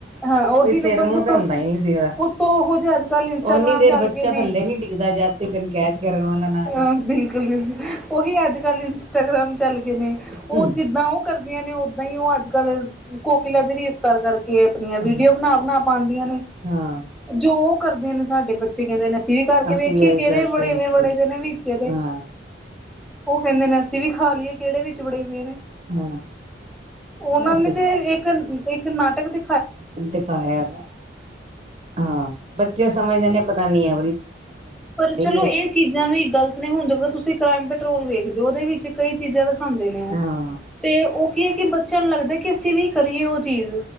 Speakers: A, in the centre; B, on the right (about 35°).
A: ਹਾਂ ਉਹੀ
B: ਕੋਈ ਸਿਰ
A: ਨਾ ਬੰਦਾ
B: ਮੂੰਹ
A: ਸੋਚ
B: ਤੇ ਹੁੰਦਾ ਹੀ ਨਹੀਂ ਸੀ ਉਹਦਾ
A: ਉਤੋਂ ਓਹੋ ਜੇ ਅੱਜ ਕੱਲ੍ਹ ਇੰਸਟਾਗ੍ਰਾਮ
B: ਓਨੀ ਦੇਰ
A: ਚੱਲ
B: ਬੱਚਾ
A: ਗਏ ਨੇ।
B: ਥੱਲੇ ਨੀ ਡਿੱਗਦਾ ਜਦ ਤੀਕਨ ਕੈਚ ਕਰਨ ਵਾਲਾ ਨਾ ਆਜੇ
A: ਹਾਂ ਬਿਲਕੁਲ-ਬਿਲਕੁਲ ਉਹੀ ਅੱਜ ਕੱਲ ਇੰਸਟਾਗ੍ਰਾਮ ਚੱਲ ਗਏ ਨੇ ਉਹ
B: ਹੂੰ
A: ਜਿੱਦਾਂ ਉਹ ਕਰਦੀਆਂ ਨੇ ਓਦਾਂ ਈ ਉਹ ਅੱਜ ਕੱਲ ਕੋਕੀਲਾ ਦੀ ਰੀਸ ਕਰ ਕਰਕੇ ਆਪਣੀਆਂ ਵੀਡੀਓ
B: ਹਾਂ
A: ਬਣਾ-ਬਣਾ ਪਾਂਦੀਆਂ ਨੇ।
B: ਹਾਂ
A: ਜੋ ਉਹ ਕਰਦੇ ਨੇ ਸਾਡੇ ਬੱਚੇ ਕਹਿੰਦੇ ਨੇ ਅਸੀਂ ਵੀ ਕਰਕੇ
B: ਅਸੀਂ
A: ਵੇਖੀਏ
B: ਇਹੀ
A: ਕਿਹੜੇ
B: ਕਰਕੇ
A: ਵੜੇ
B: ਵੇਖੀਏ
A: ਵੜੇ ਦੇ ਨੇ ਵਿਚ ਇਹਦੇ।
B: ਹਾਂ।
A: ਉਹ ਕਹਿੰਦੇ ਨੇ ਅਸੀ ਵੀ ਖਾ ਲਈਏ ਕਿਹੜੇ ਵਿਚ ਵੜੇਵੇਂ ਨੇ
B: ਹਾਂ
A: ਉਹਨਾਂ
B: ਬਸ
A: ਨੇ ਤੇ ਇੱਕ ਇੱਕ ਨਾਟਕ ਦੇ
B: ਦਿਖਾਇਆ ਹਾਂ ਬੱਚੇ ਸਮਝਦੇ ਨੇ ਪਤਾ ਨੀ <inaudible>
A: ਪਰ ਚਲੋ
B: ਹੈਗੀ
A: ਇਹ ਚੀਜ਼ਾਂ
B: ਹੈ।
A: ਵੀ ਗਲਤ ਨੇ ਹੁੰਦੀਆਂ ਤੁਸੀਂ ਕ੍ਰਾਈਮ ਪੈਟਰੋਲ ਵੇਖਦੇ ਹੋ ਉਹਦੇ ਵਿੱਚ ਕਈ ਚੀਜ਼ਾਂ ਦਾ ਦਿਖਾਂਦੇ ਨੇ ਉਹ
B: ਹਾਂ
A: ਤੇ ਉਹ ਕੀ ਹੈ ਕਿ ਬੱਚਿਆਂ ਨੂੰ ਲੱਗਦਾ ਕਿ ਅਸੀਂ ਵੀ ਕਰੀਏ ਉਹ ਚੀਜ਼